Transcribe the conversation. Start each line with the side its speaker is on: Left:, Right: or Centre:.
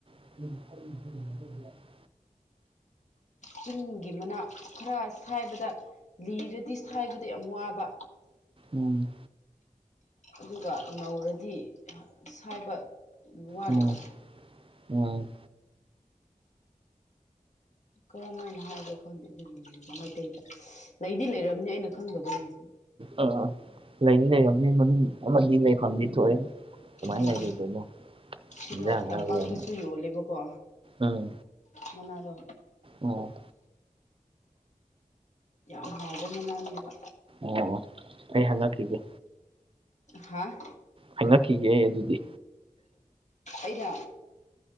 Right: ꯑꯗꯨ <unintelligible>
Left: ꯆꯤꯡꯒꯤ ꯃꯅꯥ ꯈꯔ ꯁꯥꯏꯕꯗ ꯂꯤꯔꯗꯤ ꯁꯥꯏꯕꯗ ꯌꯥꯝ ꯋꯥꯕ
Right: ꯎꯝ
Left: ꯑꯗꯨꯒ ꯅꯧꯔꯗꯤ ꯁꯥꯏꯕ ꯋꯥꯗꯕ
Right: ꯎꯝ ꯎꯝ
Left: ꯀꯔꯝ ꯍꯥꯏꯅ ꯍꯥꯏꯕꯅ‌ꯣ ꯈꯪꯗꯦ ꯑꯗꯨꯒꯤꯅ‌ꯦ ꯃꯩꯇꯩꯗ ꯂꯩꯗꯤ ꯂꯩꯔꯝꯅꯤ ꯑꯩꯅ ꯈꯪꯗꯕꯩꯅꯤ
Right: ꯑ ꯂꯩꯗꯤ ꯂꯩꯔꯝꯅꯤ ꯃꯃꯤꯡ ꯑꯃꯗꯤ ꯂꯩꯐꯝꯗꯤ ꯊꯣꯛꯑꯦ ꯀꯃꯥꯏꯅ
Left: ꯎꯝ
Right: ꯂꯩꯔꯣꯏꯗꯣꯏꯅꯣ
Left: ꯑꯗ‌ꯣ
Right: ꯏꯟꯖꯥꯡ
Left: ꯇꯝꯄꯥꯛꯇꯁꯨ
Right: ꯍꯥꯏꯕꯒ ꯑꯃ
Left: ꯌꯣꯜꯂꯦꯕ ꯀꯣ
Right: ꯎꯝ
Left: ꯃꯅꯥꯗꯣ
Right: ꯎꯝ
Left: ꯌꯥꯝ ꯍꯥꯎꯕ ꯃꯅꯥꯅꯦꯕ
Right: ꯑꯣ ꯑꯩ ꯍꯪꯉꯛꯈꯤꯒꯦ
Left: ꯍꯥꯥ
Right: ꯍꯪꯉꯛꯈꯤꯒꯦ ꯑꯗꯨꯗꯤ
Left: ꯑꯩꯅ